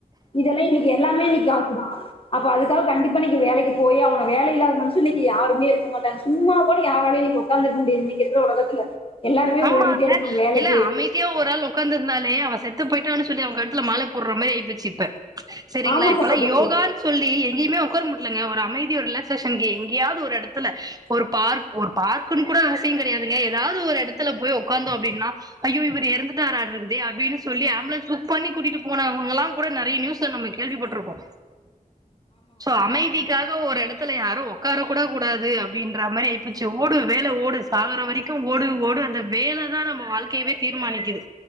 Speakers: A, on the left (about 40°); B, on the right (about 25°).
A: இதெல்லா இன்னிக்கு எல்லாமே இன்னைக்கு <unintelligible> அப்ப அதுக்காக கண்டிப்பா நீங்க வேலைக்கு போயே ஆகணு வேல இல்லாத மனுஷனு இங்க யாருமே இருக்க க மாட்டாங்க சும்மா கூட யாராலயு இங்க உட்காந்துருக்க முடியாது இன்னைக்கு இருக்கற ஒலகத்துல எல்லாருமே
B: ஆமாங்க
A: ஓடிேட்டே இருக்கனு வேலைக்
B: இல்ல அமைதியா ஒரு ஆள் உக்காந்துருந்தாலே அவ செ த்து போயிட்டான்னு சொல்லி அவங்க கழுத்துல மால போடுற மாரி ஆயிப்போச்சு இப்ப சரிங்களா
A: ஆமா
B: இப்பல்லா
A: சகோதரி
B: யோகான்னு சொல்லி எங்கேயுமே உட்கார முடியலங்க ஒரு அமைதியா ரிலாக்ஸ்சேஷன் க்கு எங்கயாவது ஒரு எடத்துல ஒரு பார்க் ஒரு பார்க்குன்னு கூட அவசிய கெடையாதுங்க எதாவது ஒரு எடத்துல போய் உக்காந்தோ அப்படின்னா ஐயோ இவர் எறந்துட்டாறாட்ருக்குதே அப்படின்னு சொல்லி ஆம்புலன்ஸ் புக் பண்ணி கூட்டிகிட்டு போனவங்கெல்லா கூட நெறைய நியூஸ்ல நம்ம கேள்விப்பட்டிருக்கோ சோ அமைதிக்காக ஒரு எடத் ல யாரு ஒக்கார கூட கூடாது அப்படின்ற மாரி ஆகிப்போச்சு ஓடு வேல ஓடு சாகுற வரைக்கு ஓடு ஓடு அந்த வேல தா நம்ம வாழ்க்க கயவே தீர்மானிக்குது